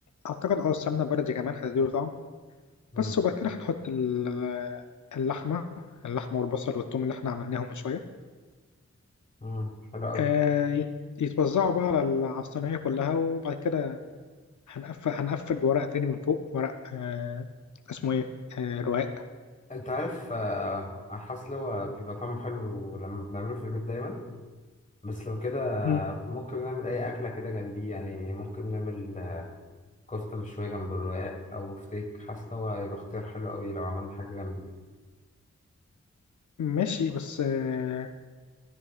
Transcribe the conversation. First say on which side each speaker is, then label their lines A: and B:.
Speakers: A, on the left (about 85°); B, on the left (about 25°).
A: اعتقد اه السمنه بلدي كمان هتديله طعم
B: مم،
A: بس وبعد كده هنحط ال- اللحمه اللحمه والبصل والثوم اللي احنا عملناهم من شويه
B: مم، حلو اوي
A: آه، يت- يتوزعوا بقى على ال- على الصينيه كلها وبعد كده هنقفل هنقفل بورق تاني من فوق ورق آه، اسمه ايه آه، رواق
B: انت عارف آه، على الحاسة اللي هو بيبقى طعمه حلو لما بنعمله في البيت دايما بس لو كده
A: مم.
B: ممكن نعمل أي أكلة كده جنبيه يعني ممكن نعمل كفتة مشوية جنب الرقاق أو بفتيك حاسس إن هو هيبقى اختيار حلو أوي لو عملنا حاجة جنبيه
A: ماشي بس آه،